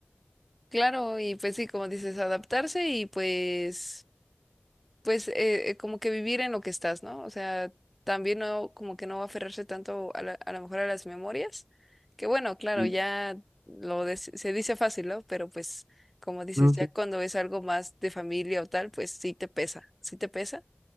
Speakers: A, in the centre; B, on the right.
A: Claro, y pues sí, como dices, adaptarse y pues, pues eh, eh, como que vivir en lo que estás, ¿no? O sea, también no, como que no aferrarse tanto a la- a lo mejor a las memorias, que bueno, claro,
B: Y
A: ya lo des- se dice fácil, ¿no? Pero pues, como dices,
B: no
A: ya
B: sé.
A: cuando es algo más de familia o tal, pues sí te pesa, sí te pesa.